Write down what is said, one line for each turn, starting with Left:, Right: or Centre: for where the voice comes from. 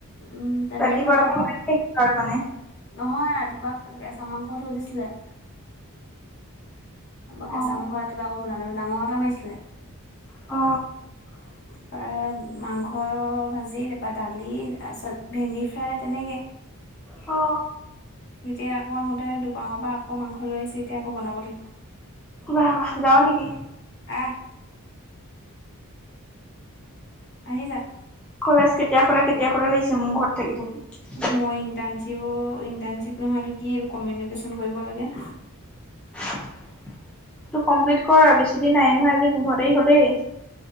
Left: উম। তেনেকে
Centre: ৰাতিপুৱা
Left: খালো আকৌ
Centre: লৈকে <unintelligible> মানে।
Left: নহয় ৰাতিপুৱা কেঁচা মাংস থৈ দিছিলে। তাৰপৰা কেঁচা
Centre: অ
Left: মাংস ৰাতিপুৱা আকৌ বনালে ডাঙৰ এটা মাৰিছিলে।
Centre: অ।
Left: <inaudible> তাৰ মাংস ভাজি তাৰপৰা দালি তাৰপিছত ভেন্দী ফ্ৰাই তেনেকে।
Centre: অ।
Left: <unintelligible> আকৌ আহোঁতে দোকানৰ পৰা আকৌ মাংস লৈ আহিছে এতিয়া আকৌ বনাব লাগিব।
Centre: বাহ, বাহ যাওঁ নেকি।
Left: আহ। আহি যা।
Centre: কলেজ কেতিয়া খোলো কেতিয়া খোলো লাগিছে মোৰ ঘৰত থাকি, থাকি।
Left: মই ইণ্টাৰ্ণশ্বিপো, ইণ্টাৰ্ণশ্বিপ নহয় এইটো কি কমিনিকুউছন কৰিব লাগে।
Centre: তই কমপ্লিট কৰ বেছি দিন নাইয়ে নহয় আজি পোন্ধৰ তাৰিখ হ'লেই।